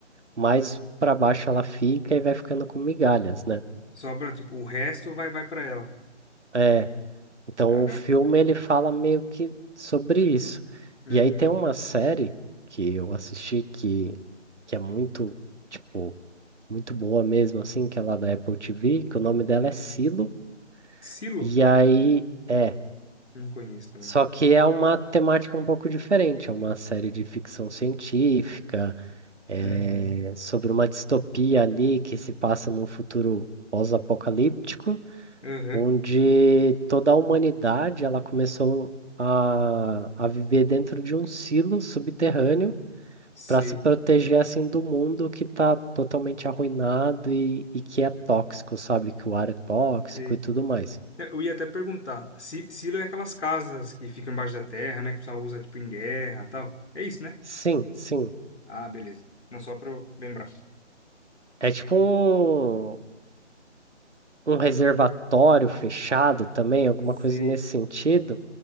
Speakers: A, on the right; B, on the left.
A: mais para baixo ela fica e vai ficando com migalhas, né?
B: Sobra, tipo, o resto vai, vai para ela.
A: É, então
B: Caramba.
A: o filme ele fala meio que sobre isso.
B: Uhum.
A: E aí tem uma série que eu assisti que, que é muito, tipo, muito boa mesmo, assim, que é lá da Apple TV, que o nome dela é Silo,
B: Silo?
A: e aí. É,
B: Não conheço também.
A: Só que é uma temática um pouco diferente, é uma série de ficção científica, é,
B: Uhum.
A: sobre uma distopia ali que se passa num futuro pós-apocalíptico,
B: Aham.
A: onde toda a humanidade ela começou a, a viver dentro de um silo subterrâneo
B: Sei,
A: para se proteger assim do mundo que está totalmente arruinado e, e que é tóxico, sabe? Que o ar é tóxico
B: sei.
A: e tudo mais.
B: É, Eu ia até perguntar. Si- Silo é aquelas casas que ficam embaixo da terra, né? Que o pessoal usa, tipo, em guerra e tal. É isso, né?
A: Sim, sim.
B: Ah, beleza. Não, só pra eu lembrar.
A: É tipo um, um reservatório fechado também, alguma
B: Sei.
A: coisa nesse sentido.